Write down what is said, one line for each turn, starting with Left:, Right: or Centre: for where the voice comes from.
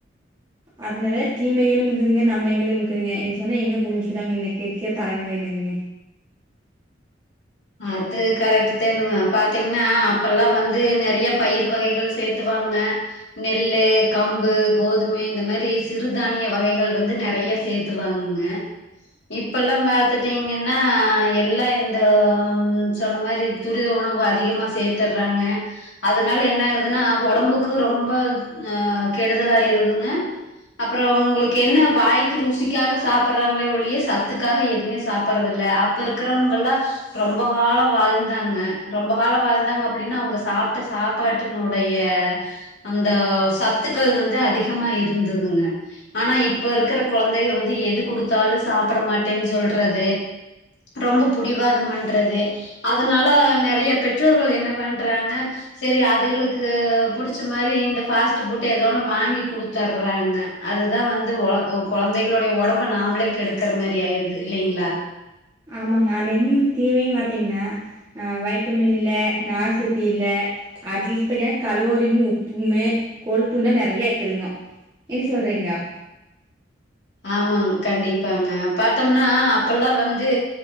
Right: அது நெறையா தீமைகளும் இக்குதுங்க நம்மைகளும் இக்குதுங்க இத சொன்னா எங்க புரிஞ்சிக்கிறாங்க இந்த <unintelligible> தலைமுறையினருங்க
Left: அது கரெக்ட்டு தானுங்க பாத்தீங்னா அப்பல்லா வந்து நெறைய பயிர் வகைகள் சேத்துவாங்க நெல்லு கம்பு கோதும இந்த மேரி சிறுதானிய வகைகள் வந்து நெறைய சேத்துவாங்க இப்பல்லா பாத்துட்டீங்கன்னா எல்லா இந்த அங் சொன்ன மாரி துரித உணவு அதிகமா சேத்தர்றாங்க அதுனால என்ன ஆகுதுன்னா ஒடம்புக்கு ரொம்ப ஆ கெடுதலாயிருதுங்க அப்பறோ உங்களுக்கு என்ன வாய்க்கு ருசிக்காக சாப்புர்றாங்களே ஒழிய சத்துக்காக எதுமே சாப்பர்றதில்ல அப்ப இருக்கறவங்கல்லா ரொம்ப காலோ வாழ்ந்தாங்க ரொம்ப காலோ வாழ்ந்தாங்க அப்டின்னா அவ்ங்க சாப்ட்ட சாப்பாட்டினுடைய அந்த சத்துக்கள் வந்து அதிகமா இருந்ததுங்க ஆனா இப்ப இருக்குற கொழந்தைங்க வந்து எது குடுத்தாலு சாப்புட மாட்டேன் சொல்றது ரொம்ப புடிவாதம் பன் றது அதுனால நெறைய பெற்றோர்கள் என்ன பண்றாங்க செரி அதுகளுக்கு புடிச்ச மாரி இந்த ஃபாஸ்ட்டு புட்ட ஏதோன்னு வாங்கி குடுத்தர்றாங்க அதுதா வந்து ஒழ கொழந்தைகளோடைய ஒடம்ப நாமளே கெடுக்குற மாரி ஆயிருது இல்லைங்ளா
Right: ஆமாங்க அத்ல என்னன் தீமைன் பாத்தீங்ன்னா ஆ வைட்டமின் இல்ல நார்சத்து இல்ல அதிகப்படியான கலோரினு உப்புமே கோழுப்புந்தா நெறைய இருக்குதுங்கோ என்ன சொல்றீங்கொ
Left: ஆமாங் கண்டிப்பாங்க பாத்தம்னா அப்பல்லா வந்து